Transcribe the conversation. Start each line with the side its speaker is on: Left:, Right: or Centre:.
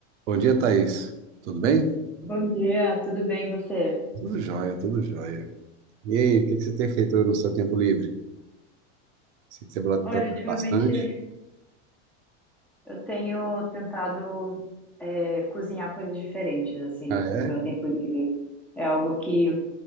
Right: Bom dia, Thaís. Tudo bem?
Centre: Bom dia, tudo bem e você?
Right: Tudo jóia, tudo jóia. E aí, o que que você tem feito no seu tempo livre? Sei que você bra- trabalha
Centre: Olha, ultimamente
Right: bastante.
Centre: eu tenho tentado é, cozinhar coisas diferentes, assim,
Right: Ah, é?
Centre: no meu tempo livre. É algo que,